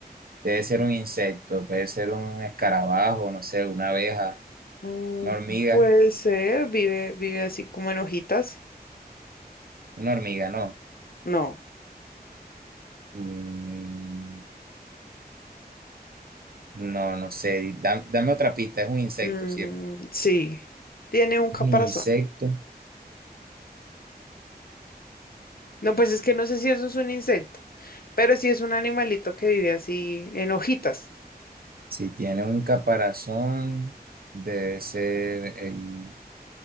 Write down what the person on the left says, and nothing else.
Mm,
puede ser, vive, vive así como en hojitas.
No,
mm,
sí, tiene un caparazón.
No, pues es que no sé si eso es un insecto, pero sí es un animalito que vive así en hojitas.